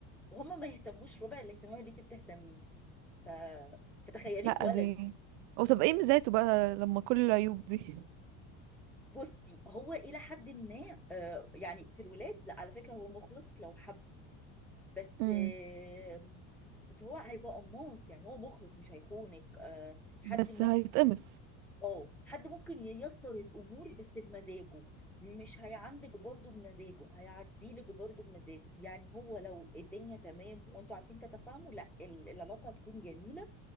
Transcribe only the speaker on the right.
لا
دي او طب ايه ميزاته بقى لما كل العيوب دي
امم
بس
هيتقمص